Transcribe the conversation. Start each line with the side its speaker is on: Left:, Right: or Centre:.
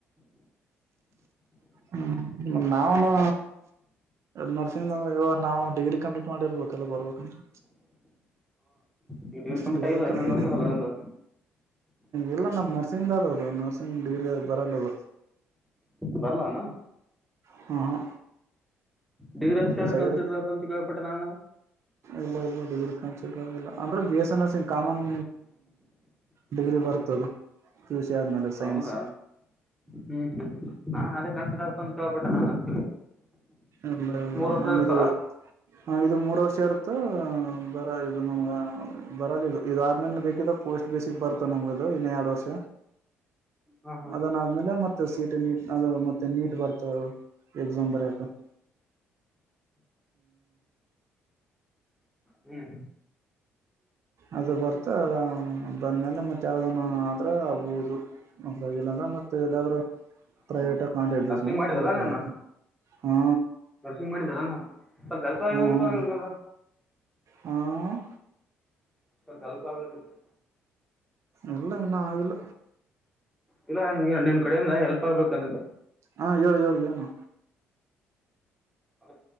Right: ಹ್ಮ್ ನಾವುನು ನರ್ಸಿಂಗ್ಂದ್ರೆ ಇವಾಗ ನಾವು ಡಿಗ್ರಿ ಕಂಪ್ಲೀಟ್ ಮಾಡಿರ್ಬೇಕಲ್ಲ ಬರ್ಬೇಕಂತ
Centre: ಡಿಗ್ರೀ ಕಂಪ್ಲೀಟ್
Right: ಡಿಗ್ರಿ
Centre: ಆಗಿಲ್ಲ
Right: ಕಂಪ್ಲೀಟ್
Centre: ಇನ್ನು ಒಂದ್ ವರ್ಷದಲ್ಲ ಲಂದ
Right: ಇಲ್ಲ ನಮ್ ನರ್ಸಿಂಗ್ ಆದವ ನರ್ಸಿಂಗ್ ಡಿಗ್ರಿ ಅ ಬರಲ್ಲ ಅವ
Centre: ಬರ್ಲಾನ
Right: ಹ ಹ
Centre: ಡಿಗ್ರಿ ಅಂತ ಹೇಳಿ
Right: ಸೈಡ್
Centre: ಕನ್ಸಿಡರ್ ಅ ಅಂತ ಕೇಳ್ಪಟ್ಟೆ ನ
Right: ಇಲ್ಲ ಇಲ್ಲ ಡಿಗ್ರಿ ಅಂದ್ರೆ B S C common degree ಬರ್ತದು ಸಿ ಆದ್ಮೇಲೆ ಸೈನ್ಸ್
Centre: ಹೌದಾ ಹ್ಮ್ ಹ್ಮ್ ನಾನ್ ಅದೇ ಕಣಸ ಆಕ್ತ ತೋ <unintelligible> ಟ್ಟ
Right: ಇಲ್ಲ ಇಲ್ಲ
Centre: ವರ್ಷ
Right: ನಾ
Centre: ಇರ್ತಾರ
Right: ಇದು ನ ಇದು ಮೂರ ವಷ ಇ ಬ ಇದು ನಮಗ ಬರಲ್ಲ ಇದು ಇದ ಆದ್ಮೇಲೆ ಬೇಕ ಪೋಸ್ಟ್ ಬೇಸಿಕ್ ಬರುತ್ತ ನಮಗದು ಇನ್ನ ಎರಡು ವರ್ಷ
Centre: ಹಾ ಹಾ
Right: ಅದನ್ ಆದ್ಮೇಲೆ ಮತ್ತೆ ಸೀಟ ನೀಟ್ ಅ ಮತ್ತೆ ನೀಟ್ ಬರ್ತದೆ ಅದು ಎಗ್ಝಾಮ ಬರಕ ಹ
Centre: ಹ್ಮ್
Right: ಅದು ಬರ್ತ ಅ ಬಂದ್ಮೇಲೆ ಮತ್ತೆ ಅದನ್ನು ಅ್ರ ಆಗ್ಬೌದು ಅಂದ ಇಲ್ಲಾಂದ್ರೆ ಮತ್ತೆ ಎಲ್ಲಾದ್ರೂ ಪ್ರೈವೇಟ್
Centre: ಹಾ
Right: ಕಂಡಡಸ್
Centre: ನರ್ಸಿಂಗ್
Right: ಮಲ್ಲ
Centre: ಮಾಡಿದಲ್ಲ
Right: ಮಾಡ್ಬೇಕಾಗತ್ತೆ
Centre: ನಾನು
Right: ಹಾ
Centre: ನರ್ಸಿಂಗ್ ಮಾಡಿದಲ್ಲ ನಾನು ಸ್ವಲ್ಪ ಹೆಲ್ಪ್ ಆಗಿಬೇಕಿತ್ತಲ್ಲ
Right: ಹ್ಮ್ ಹ್ಮ
Centre: ನಿನ್ಗೆ
Right: ಹ್ಮ
Centre: ಸರ್ ಕೆಲಸಬೇಕಿತ್ತು
Right: ಎಲ್ಲ ಇನ್ನು ಆಗಿಲ್ಲ
Centre: ಇಲ್ಲ ನನ್ ನಿನ್ ಕಡೆಯಿಂದ ಹೆಲ್ಪ್ ಆಗ್ಬೇಕುಂದ
Right: ಹಾ ಹೇಳಿ ಹೇಳಿ ಏನು
Centre: ಅದು